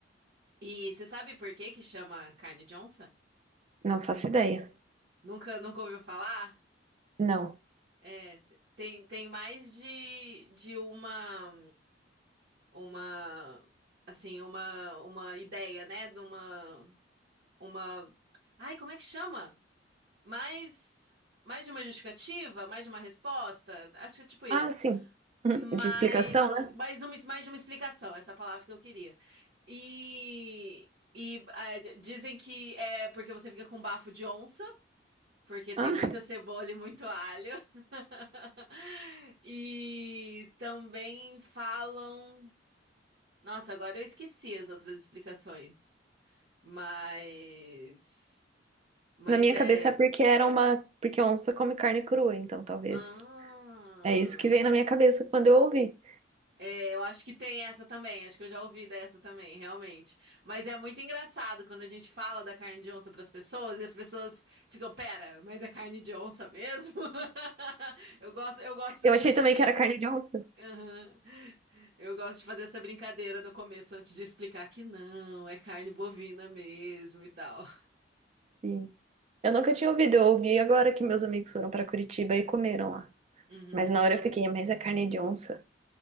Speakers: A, on the right; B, on the right.
A: E você sabe por que que chama carne de onça?
B: Não faço ideia.
A: Nunca, nunca ouviu falar?
B: Não.
A: É, t- tem, tem mais de, de uma, uma, assim, uma, uma ideia, né? De uma, uma, ai, como é que chama? Mais, mais de uma justificativa? Mais de uma resposta? Acho que é tipo isso.
B: Ah, sim. <laughs> Uhum.
A: mas
B: De explicação, né?
A: mais uma, mais de uma explicação, essa palavra que eu queria. E, e ah, d- dizem que é porque você fica com bafo de onça, porque tem
B: Ah,
A: muita cebola e muito alho. <laughs> E também falam. Nossa, agora eu esqueci as outras explicações. Mas. Mas
B: na minha
A: é.
B: cabeça é porque era uma. Porque onça come carne crua, então talvez.
A: Ah.
B: É isso que veio na minha cabeça quando eu ouvi.
A: É, Eu acho que tem essa também, acho que eu já ouvi dessa também, realmente. Mas é muito engraçado quando a gente fala da carne de onça para as pessoas e as pessoas ficam, pera, mas é carne de onça mesmo? <laughs> Eu gosto, eu gosto
B: Eu
A: de,
B: achei também
A: de-
B: que era carne de onça.
A: Aham. Eu gosto de fazer essa brincadeira no começo antes de explicar que não, é carne bovina mesmo e tal.
B: Sim. Eu nunca tinha ouvido, eu ouvi agora que meus amigos foram pra Curitiba e comeram lá.
A: Uhum.
B: Mas na hora eu fiquei, mas é carne de onça?